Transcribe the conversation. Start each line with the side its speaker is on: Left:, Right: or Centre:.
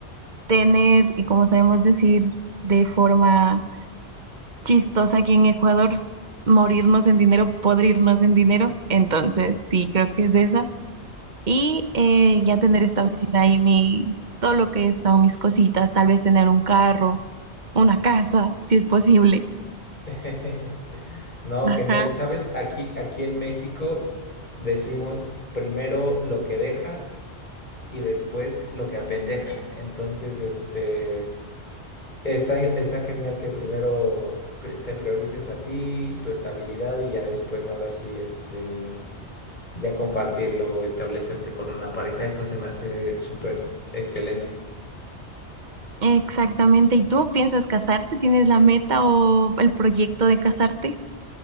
Right: tener, y como sabemos decir de forma chistosa aquí en Ecuador, morirnos en dinero, podrirnos en dinero. Entonces, sí, creo que es esa. Y eh, ya tener establecida ahí mi, todo lo que son mis cositas, tal vez tener un carro, una casa, si es posible.
Left: <laughs> No,
Right: Ajá.
Left: genial. ¿Sabes? Aquí aquí en México decimos primero lo que deja y después lo que apendeja. Entonces, este está está genial que primero pri- te priorices a ti, tu estabilidad y ya después ahora sí este Ya compartirlo, establecerte con una pareja, eso se me hace súper excelente.
Right: Exactamente. ¿Y tú piensas casarte? ¿Tienes la meta o el proyecto de casarte?